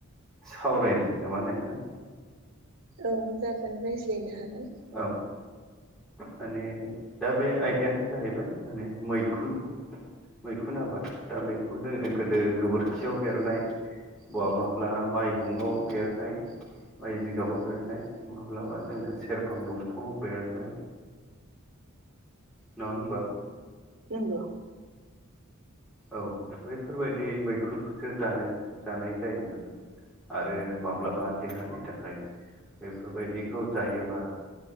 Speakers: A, in the centre; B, on the right.
A: सावरायनि नामा नोंथां।
B: औ जागोन रायज्लायनो हागोन।
A: औ माने दा बे आयदायानो जाहैबाय माने मैखुन मैखुन आबाद दा बेखौ जोङो गोदो गोबोरखियाव बेरनाय बहाबाफ्ला माइ हुंगाव बेरनाय माइ जिगाबाव बेरनाय माब्लाबा जोङो सेरफां दंफाङाव बेरनाय नङा होमबा?
B: नोंगौ
A: औ बैफोरबायदि मैखुनखौसो जानो जानाय जायोमोन आरो माब्लाबा देहानि थाखाय बेफोरबायदिखौ जायोबा।